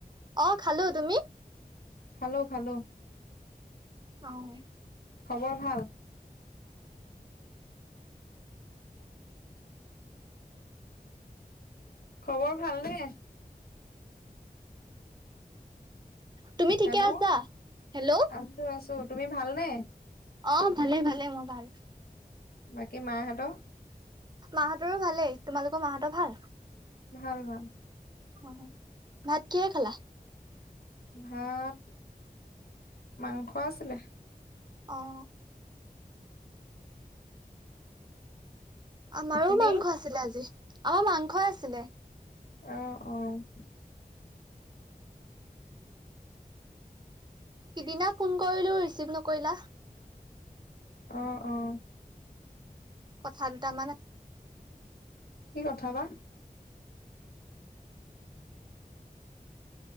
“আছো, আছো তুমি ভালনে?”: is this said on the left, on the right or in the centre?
Left